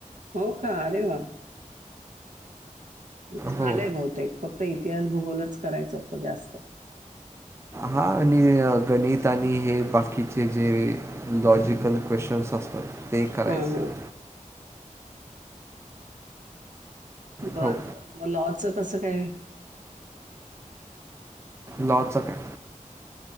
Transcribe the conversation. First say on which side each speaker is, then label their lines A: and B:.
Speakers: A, on the right; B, on the right.
A: हो खा अरे वा म्ह झालंय
B: हो.
A: बहुतेक फक्त इतिहास भूगोलच करायचं होतं जास्त
B: हा आणि गणित आणि हे बाकीचे जे लॉजिकल क्वेशचन त ते करायचं
A: हां, हां. बर
B: हो.
A: बर म लॉचं कसं काय
B: लॉच काय